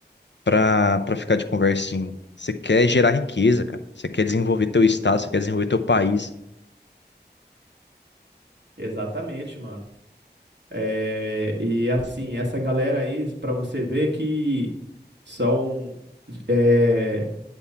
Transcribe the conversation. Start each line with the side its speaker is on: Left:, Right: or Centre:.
Left: pra, pra ficar de conversinha. Você quer gerar riqueza, cara. Você quer desenvolver teu estado, você quer desenvolver teu país.
Right: Exatamente, mano. É, e assim, essa galera aí, para você ver que são, é,